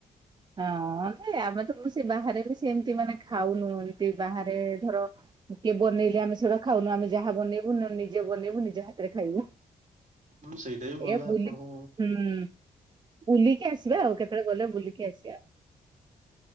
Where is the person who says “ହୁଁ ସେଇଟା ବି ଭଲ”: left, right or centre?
Right